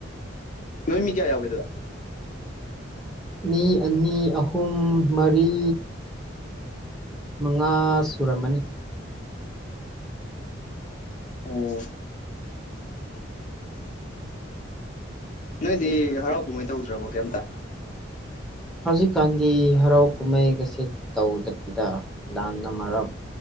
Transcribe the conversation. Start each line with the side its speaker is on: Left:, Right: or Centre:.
Left: <inaudible> ꯅꯣꯏ ꯃꯤ ꯀꯌꯥ ꯌꯥꯎꯒꯦ ꯑꯗꯨꯗ
Centre: ꯃꯤ ꯑꯅꯤ ꯑꯍꯨꯝ ꯃꯔꯤ ꯃꯉꯥ ꯁꯨꯔꯝꯃꯅꯤ
Left: ꯑꯣ ꯅꯣꯏꯗꯤ ꯍꯔꯥꯎ ꯀꯨꯝꯍꯩ ꯇꯧꯗ꯭ꯔꯕꯣ ꯀꯩꯝꯇ
Centre: ꯍꯧꯖꯤꯛꯀꯥꯟꯗꯤ ꯍꯔꯥꯎ ꯀꯨꯝꯍꯩꯒꯁꯤ ꯇꯧꯗꯕꯤꯗ ꯂꯥꯟꯅ ꯃꯔꯝ